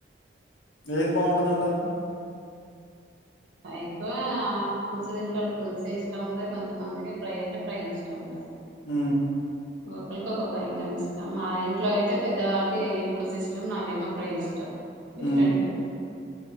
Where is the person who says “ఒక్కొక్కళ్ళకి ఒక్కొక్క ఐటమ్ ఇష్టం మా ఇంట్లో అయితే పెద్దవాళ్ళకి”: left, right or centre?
Right